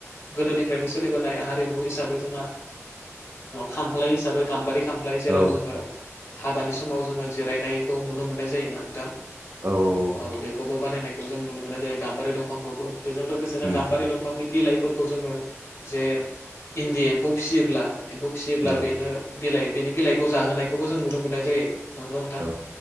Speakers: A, on the left; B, on the right.
A: गोदोनिफ्रायनो सोलिबोनाय हारिमु हिसाबै जोंहा खामफ्लाय हिसाबै गाम्बारि खाम फ्लाइ जेराव
B: औ
A: जोङो हाबानि समाव जोङो जिरायनायखौ नुनो मोननाय जायोना नोंथां।
B: औ औ।
A: औ बेखौबो बानायनायखौ जों नुनो मोनो जायो गाम्बारि दंफांखौबो बेजों लोगोसे
B: उम
A: गाम्बारि दंफां बिलाइफोरखौ जोङो जे इन्दि एम्फौ फिसियोब्ला एम्फौ फिसियोब्ला
B: औ
A: बेनो बिलाइ बिनि बिलाइखौ जाहोनायखौबो जों नुनो मोननाय जायो नंगौना नोंथां
B: औ